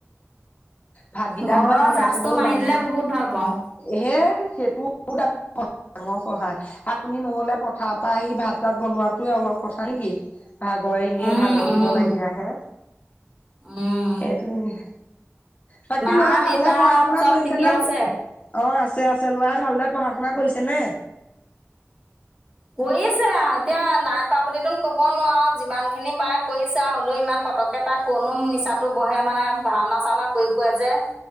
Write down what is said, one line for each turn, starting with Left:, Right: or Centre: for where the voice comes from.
Left: ভাত কিটা
Right: ঘৰৰ
Left: ঘৰত বনাই
Right: জাজটো
Left: থলেও
Right: মাৰি
Left: ডাঙৰ
Right: দিলে বহুত ভাল পাওঁ
Left: হেই সেইটো ডাঙৰ ডাঙৰ সহায়, আপুনি নহ'লে পথাৰ পৰা আহি ভাত-তাত বনোৱা তোৱে অলপ কথা নেকি। ভাগৰ এনে
Right: উম
Left: ভাগৰ
Right: উম
Left: যোগৰ লাগি আহে।
Right: উম
Left: সেইটোৱে। বাকী
Right: মা
Left: ল'ৰাই ভালদৰে
Right: দেউতা
Left: পঢ়া শুনা
Right: চব
Left: কৰিছেনে
Right: ঠিকে আছে
Left: অ' আছে আছে, লৰা ভালদৰে পঢ়া শুনা কৰিছেনে?
Right: কৰিছে আও এতিয়া নাই কৰা বুলিতোন ক'ব নোৱাৰো যিমানখিনি পাৰে কৰিছে আও হলেও ইমান পতককে তাৰ ক'তনো নিচাটো বহে মানে ভাওনা চাওনা কৰি ফুৰে যে।